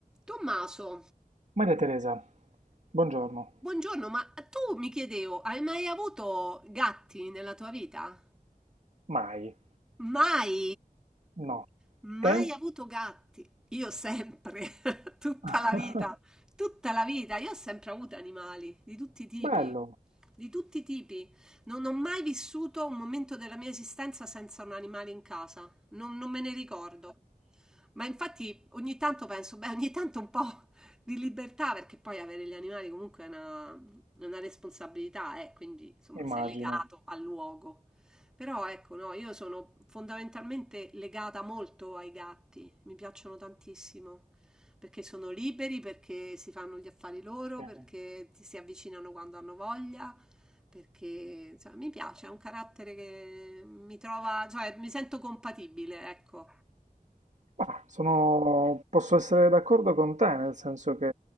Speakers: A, in the centre; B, on the right.
A: Tommaso,
B: Maria Teresa, buongiorno.
A: buongiorno, ma tu mi chiedevo, hai mai avuto gatti nella tua vita?
B: Mai.
A: Mai?
B: No.
A: Mai
B: Te?
A: avuto gatti? Io sempre, <laughs> tutta
B: <laughs>
A: la vita, tutta la vita. Io ho sempre avuto animali di tutti i tipi,
B: Bello,
A: di tutti i tipi. Non ho mai vissuto un momento della mia esistenza senza un animale in casa. Non, non me ne ricordo. Ma infatti ogni tanto penso, beh, ogni tanto un po' <laughs> di libertà, perché poi avere gli animali comunque è una, è una responsabilità, eh, quindi insomma
B: immagino.
A: sei legato al luogo. Però ecco, no, io sono fondamentalmente legata molto ai gatti, mi piacciono tantissimo, perché sono liberi, perché si fanno gli affari loro,
B: Sì.
A: perché ti si avvicinano quando hanno voglia, perché insomma, mi piace, è un carattere che mi trova, cioè mi sento compatibile, ecco.
B: Ma sono... posso essere d'accordo con te, nel senso che